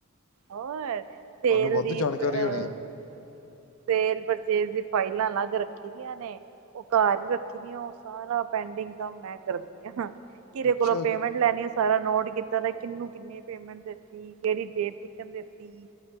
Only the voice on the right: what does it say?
ਹੋਰ ਸੇਲ
ਦੀਪ
ਅਹ
ਸੇਲ-ਪਰਚੇਜ ਦੀ ਫਾਇਲਾਂ ਅਲੱਗ ਰੱਖੀ ਦੀਆਂ ਨੇ। ਓ ਘਰ ਹੀ ਰੱਖੀ ਦੀਆਂ, ਓ ਸਾਰਾ ਪੈਂਡਿੰਗ ਕੰਮ ਮੈਂ ਕਰਦੀ ਆ ਹਾਂ। ਕਿਦੇ
ਕੋਲੋਂ ਪੇਮੈਂਟ ਲੈਣੀ, ਸਾਰਾ ਨੋਟ ਕੀਤਾ ਤੇ ਕਿਨੂੰ ਕਿੰਨੀ ਪੇਮੈਂਟ ਦਿੱਤੀ, ਕੇੜੀ ਡੇਟ ਦੇਤੀ